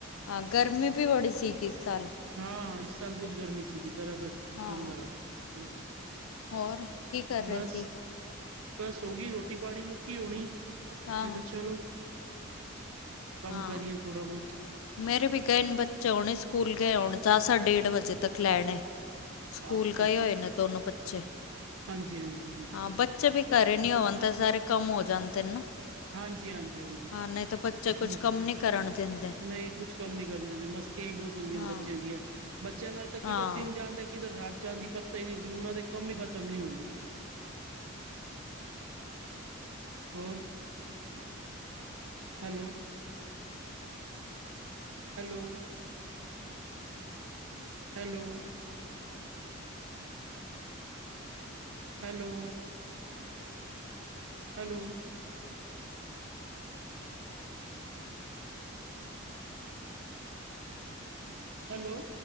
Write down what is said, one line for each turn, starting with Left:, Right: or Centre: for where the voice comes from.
Left: ਹਾਂ, ਗਰਮੀ ਵੀ ਬੜੀ ਸੀਗੀ ਇਸ ਸਾਲ।
Right: ਹਾਂ, ਇਸ ਸਾਲ ਬੌਤ ਗਰਮੀ ਸੀਗੀ, ਬਰਾਬਰ
Left: ਹਾਂ।
Right: ਦਮ ਬਰਾਬਰ।
Left: ਹੋਰ, ਕੀ ਕਰ ਰਏ
Right: ਬਸ
Left: ਸੀ?
Right: ਬਸ ਹੋ ਗਈ ਰੋਟੀ-ਪਾਣੀ ਮੁੱਕੀ ਹੋਣੀ,
Left: ਹਾਂ।
Right: ਮੈਂ ਕਿਹਾ ਚਲੋ ਕੰਮ
Left: ਹਾਂ,
Right: ਕਰੀਏ ਥੋੜਾ ਬੋਤ।
Left: ਮੇਰੇ ਪਿਤਾ ਇਨ ਬੱਚੇ ਆਉਣੇ ਸਕੂਲ ਗਏ ਹੋਣ, ਚਾਹ ਸਾਡੇ ਡੇਢ ਵਜੇ ਤੱਕ ਲੈਣੇ। ਸਕੂਲ
Right: ਅੱਛਾ
Left: ਗਏ
Right: ਅੱਛਾ
Left: ਹੋਏ ਨੇ ਦੋਨੋ ਬੱਚੇ,
Right: ਹਾਂਜੀ ਹਾਂਜੀ ਹਾਂਜੀ
Left: ਹਾਂ ਬੱ ਚੇ ਵੀ ਘਰੇ ਨੀ ਹੋਣ, ਤਾਂ ਸਾਰੇ ਕੰਮ ਹੋ ਜਾਂਦੇ ਨੇ ਨਾ।
Right: ਹਾਂਜੀ ਹਾਂਜੀ ਹਾਂਜੀ,
Left: ਹਾਂ, ਨਹੀਂ ਤਾਂ ਬੱਚੇ ਕੁਛ
Right: ਹੂੰ,
Left: ਕੰਮ ਨੀ ਕਰਨ ਦਿੰਦੇ।
Right: ਨਹੀਂ ਕੁਛ ਕੰਮ ਨੀ ਕਰਨ ਦਿੰਦੇ, ਮਸਤੀਆਂ ਹੀ ਬੌਤ ਹੁੰਦੀਆਂ
Left: ਹਾਂ,
Right: ਨੇ ਬੱਚਿਆਂ ਦੀਆਂ, ਬੱਚਿਆਂ ਨਾਲ ਤਾਂ ਕਿਧਰ
Left: ਹਾਂ।
Right: ਦਿਨ ਜਾਂਦਾ ਕਿਧਰ ਰਾਤ ਜਾਂ ਦੀ ਪੱਤਾ ਹੀ ਨਹੀਂ ਹੁੰਦਾ, ਉਹਨਾਂ ਦੇ ਕੰਮ ਵੀ ਖਤਮ ਨਹੀਂ ਹੁੰਦੇ ਹੋਰ hello. Hello. Hello. Hello hello- hello-